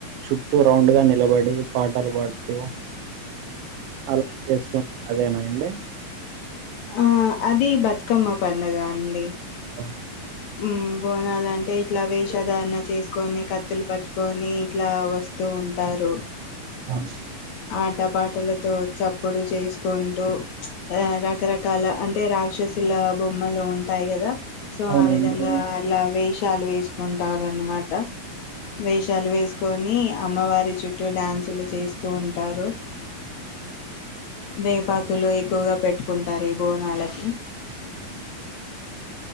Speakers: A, on the right (about 80°); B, on the left (about 65°).
A: చుట్టూ రౌండ్ గా నిలబడి పాటలు పాడుతూ అలా చేస్తు అదేనా అండి
B: ఆహ్ ఆహ్ అది బతుకమ్మ పండగ అండి
A: ఓ
B: ఉమ్ బోనాలంటే ఇట్లా వేషధారణ చేసుకొని కత్తులు పట్టుకొని ఇట్లా వస్తూ ఉంటారు
A: ఆ చ్
B: ఆట పాటలతో చప్పుడు చేసుకుంటూ, పచ్ ఆ రకరకాల అంటే రాక్షసుల బొమ్మలు ఉంటాయి కదా సో
A: అవునండి
B: ఆ విధంగా అట్లా వేష్ వేషాలు వేసుకుంటారు అనమాట, వేషాలు వేసుకొని అమ్మవారి చుట్టూ డ్యాన్సులు చేస్త తు ఉంటారు వేపాకులు
A: ఇంకా
B: ఎక్కువగా పెట్టు కుంటారు ఈ బోనాలికి